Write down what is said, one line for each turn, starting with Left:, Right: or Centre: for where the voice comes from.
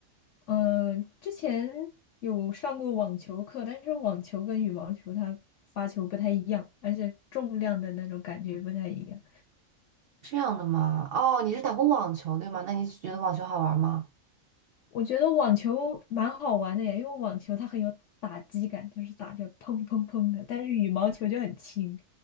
Left: 嗯、之前有上过网球课，但是网球跟羽毛球它发球不太一样，而且重量的那种感觉不太一样。
Right: 这样的吗？哦，你是打过网球对吗？那你觉得网球好玩吗？
Left: 我觉得网球蛮好玩的呀，因为网球它很有打击感，就是打着砰砰砰的，但是羽毛球就很轻。